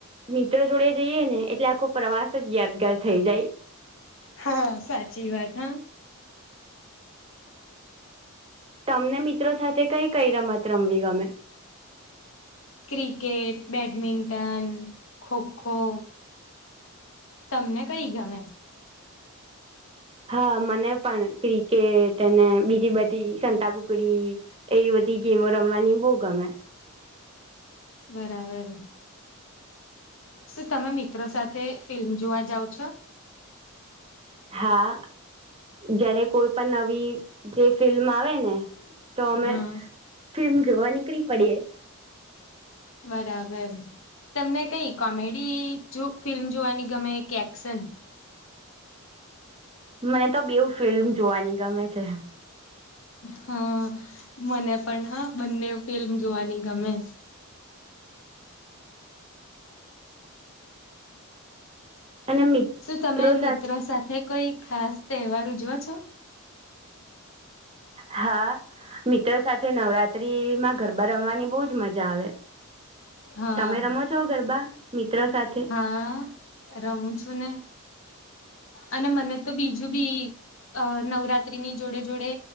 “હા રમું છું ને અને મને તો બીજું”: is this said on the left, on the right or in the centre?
Left